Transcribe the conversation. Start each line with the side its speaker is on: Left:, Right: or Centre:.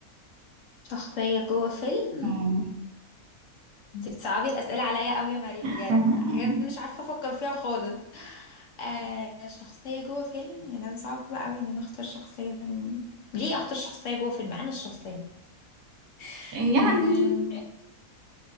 Left: شخصية جوه فيلم
Right: مم.
Left: انت بتصعبي الأسئلة عليا قوي يا مريم
Right: <laughs>
Left: بجد حاجات مش عارفة افكر فيها خالص آه شخصية جوه فيلم يا لهوي صعب قوي ان انا اختار شخصية ليه اختار شخصية جوه فيلم انا الشخصية <laughs>
Right: يعني
Left: أم...